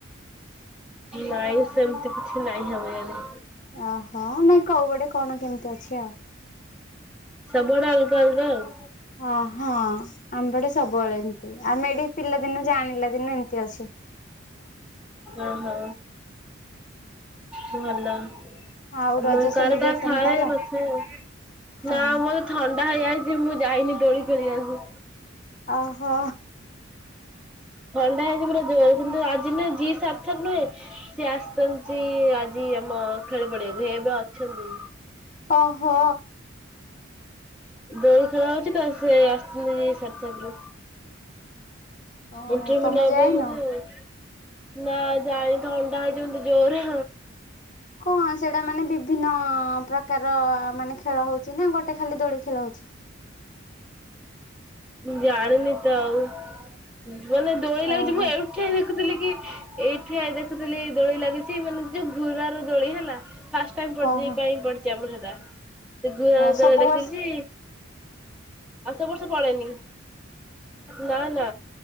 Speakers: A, in the centre; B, on the left.
A: ନାଇଁ ସେମିତି କିଛି ନାଇଁ ଆମ୍ ୟାଡେ।
B: ଓହୋ ନାଇଁ କଉ ପଟେ କଣ କେମିତି ଅଛି ଆଉ।
A: ସବୁଆଡେ ଅଲଗା ଅଲଗା ଆଉ।
B: ଅ ହଁ ଆମ ପଟେ ସବୁବେଳେ ଏମତି। ଆମେ ଏଟି ପିଲାଦିନୁ ଜାଣିଲା ଦିନୁ ଏମିତି ଅଛି।
A: ଅହଁ। ଭଲ।
B: ଆଉ
A: ଆମ୍
B: ରଜ
A: କାର
B: ସେଲିବ୍ରେସନ
A: କାର ଥାଏ
B: କଲ
A: ନଥାଏ
B: ହଁ
A: ନା ମୋର ଥଣ୍ଡା ହେଇଯାଇ ମଆଜି ଯାଇନି ଦୋଳି ଖେଳିବାକୁ।
B: ଅହୋ।
A: ଥଣ୍ଡା ହେଇଛି ପୁରା ଜୋର କିନ୍ତୁ ଆଜି ନା ଯିଏ ସାର୍ଥକ ନୁହେଁ। ସିଏ ଆସିଛନ୍ତି ଆଜି ଆମ ଖେଳ ପଡିଆକୁ ହେ ଏବେ ଅଛନ୍ତି।
B: ଅହୋ।
A: ଦୋଳି ଖେଳ ହଉଛି ତ ସେ ଆସିଛନ୍ତି ସାର୍ଥକ ରୁ।
B: ଓହୋ
A: ଇଣ୍ଟରଭି୍ୟୁ
B: ତମେ
A: ନବ
B: ଯାଇନ
A: ପାଇ ବୋଧେ। ନା ଜାଇ ତ ଥଣ୍ଡା ହେଇଛି ମୋତେ ଜୋରେ।
B: କଣ ସେଇଟା ମାନେ ବିଭିନ୍ନ ପ୍ରକାର ମାନେ ଖେଳ ହଉଛି ନା ଗୋଟେ ଖାଲି ଦୋଳି ଖେଳ ହଉଛି?
A: ଜାଣିନି ତ ଆଉ ମାନେ ଦୋଳି ଲାଗୁଛି
B: ଓହୋ
A: ମୁଁ ଏଇଠି ଠିଆ ହେଇ ଦେଖୁି ଥିଲି କି ଏଇ ଠିଆ ଦେଖୁଥିଲି ଏଇ ଦୋଳି ଲାଗିଛି ମାନେ ଯୋଉ ଘୁରାର ଦୋଳି ହେଲା। ଫାଷ୍ଟ ଟାଇମ ପଡିଛି
B: ଓହୋ
A: ପାଇଁ ପଡିିଛି ଆମର ସେଟା ସେ ଘୁରାର
B: ହଉ ସବୁ
A: ଦୋଳି
B: ବର୍ଷ
A: କରିଛି। ସବୁ ବର୍ଷ ପଡେନି ନା ନା।